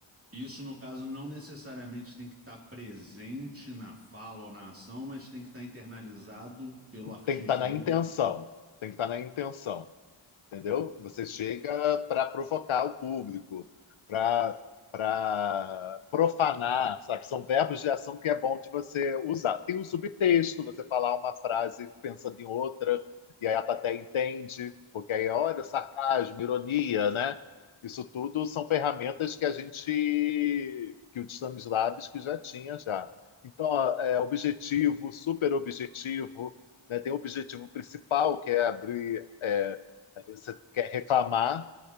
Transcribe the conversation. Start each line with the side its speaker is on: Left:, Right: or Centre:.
Right: Isso, no caso, não necessariamente tem que estar presente na fala ou na ação, mas tem que estar internalizado pelo artista,
Left: Tem que estar na
Right: é
Left: intenção.
Right: isso?
Left: Tem que estar na intenção. entendeu? Você chega para provocar o público, para para profanar, sabe? São verbos de ação que é bom de você usar. Tem um subtexto, você falar uma frase pensando em outra, e aí a plateia entende, porque aí, olha, sarcasmo, ironia, né? Isso tudo são ferramentas que a gente, que o Stanislavski já tinha já. Então, ó, é objetivo, super objetivo, né? Tem o objetivo principal, que é abrir, é, às vezes você quer reclamar,